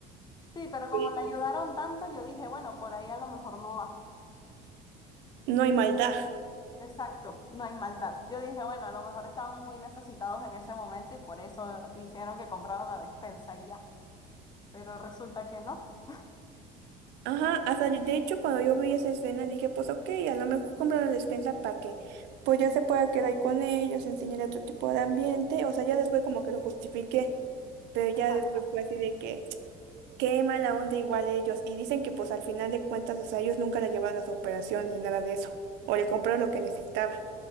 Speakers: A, on the left; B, on the right.
A: Sí, pero como
B: Sí.
A: la ayudaron tanto, yo dije, bueno, por ahí a lo mejor no va.
B: No hay maldad.
A: Exacto, no hay maldad. Yo dije, bueno, a lo mejor estaban muy necesitados en ese momento y por eso hicieron que compraran la despensa y ya. Pero resulta que no.
B: Ajá, hasta yo- de hecho cuando yo vi esa escena dije, pues ok, a lo mejor compra la despensa para que pues ya se pueda quedar ahí con ellos, enseñar otro tipo de ambiente, o sea, ya después como que lo justifiqué. Pero
A: Exacto.
B: ya después fue así de que, qué mala onda igual ellos. Y dicen que pues al final de cuentas, o sea, ellos nunca la llevaron a su operación ni nada de eso. O le compraron lo que necesitaba.